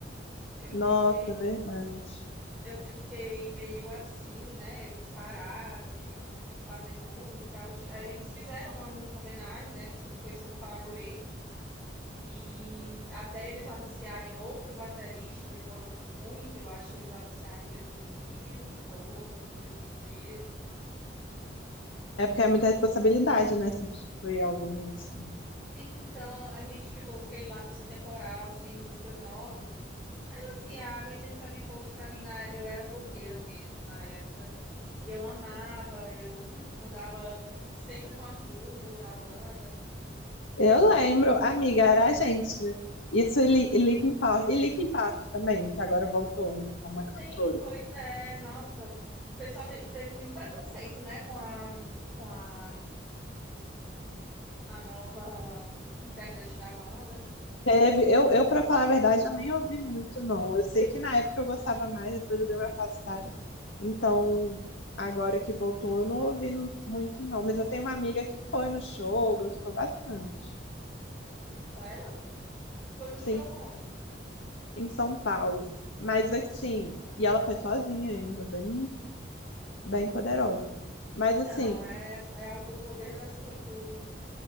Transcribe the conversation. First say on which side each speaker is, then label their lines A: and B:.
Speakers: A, in the centre; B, on the left (about 90°).
A: eu fiquei,
B: Nossa, é verdade.
A: eu fiquei meio assim, né? Eles pararam de fazer música. A ulti- eh, Eles fizeram uma música homenagem, né? Que so- foi So Far Away. E até eles anunciarem outro baterista, demorou muito. Eu acho que eles anunciaram em 2012 ou foi 2013. E
B: É
A: treze.
B: porque é muita
A: E,
B: responsabilidade, né? Substituir alguém assim.
A: sim, então a gente ficou com aquele lapso temporal, sem músicas novas. Mas assim, a Avenged Sevenfold pra mim, na... eu era roqueira mesmo na época. E eu amava, eu <laughs> andava sempre com as blusas da banda.
B: Eu lembro,
A: E
B: amiga, era a gente, né? Isso e, Li- e Linkin Park. E Linkin Park também, que agora voltou, né? Com uma cantora.
A: sim, pois é, nossa. O pessoal te- teve muito preconceito, né, com a com a a nova integrante da banda.
B: Teve, eu, eu, pra falar a verdade, eu nem ouvi muito, não. Eu sei que na época eu gostava mais, depois eu dei uma afastada. Então, agora que voltou, eu não ouvi nu- muito, não. Mas eu tenho uma amiga que foi no show, gostou bastante.
A: Sério? Foi no
B: Sim,
A: show onde?
B: em São Paulo. Mas assim, e ela foi sozinha ainda, bem, bem poderosa. Mas
A: Então,
B: assim,
A: é, é a- o poder da solitude.